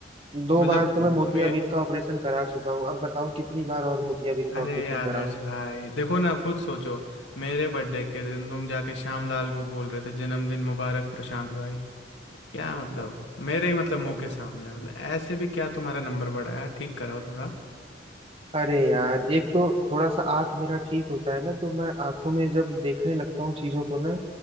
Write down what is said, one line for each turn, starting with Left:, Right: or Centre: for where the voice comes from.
Right: दो
Left: मतलब
Right: बार तो मैं मोतियाबिंद
Left: मैं
Right: का ऑपरेशन करा चुका हूँ अब बताओ कितनी बार और मोतियाबिंद
Left: अरे
Right: का ऑपरेशन
Left: आदर्श
Right: कराऊं
Left: भाई देखो ना खुद सोचो मेरे बर्थडे के दिन तुम जाके श्यामलाल को बोल रहे थे जन्मदिन मुबारक प्रशांत भाई क्या मतलब मेरे ही मतलब मुंह के सामने मतलब ऐसे भी क्या तुम्हारा नंबर बढ़ाया ठीक कराओ थोड़ा
Right: अरे यार एक तो थोड़ा सा आंख मेरा ठीक होता है ना तो मैं आंखों में जब देखने लगता हूँ चीजों को ना